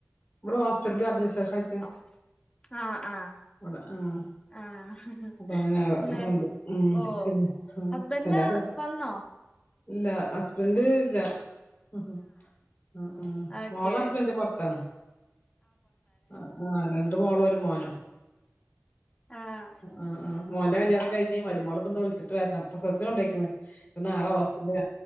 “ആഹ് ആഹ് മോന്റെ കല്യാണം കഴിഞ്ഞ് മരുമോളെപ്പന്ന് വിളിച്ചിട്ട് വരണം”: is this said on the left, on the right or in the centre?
Left